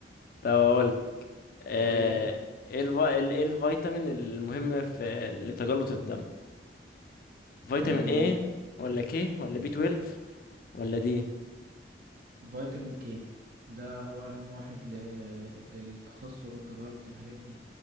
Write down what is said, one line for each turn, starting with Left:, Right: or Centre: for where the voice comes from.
Left: طب اقول آه،
Right: ولا
Left: ايه الف... ال- إيه الفيتامين المهم في لتجلط الدم فيتامين
Right: آه،
Left: ايه ولا كي ولا بي 12 ولا دي
Right: فيتامين كي ده هو أهم واحد ل... للتخثر والتبلط والحاجات دي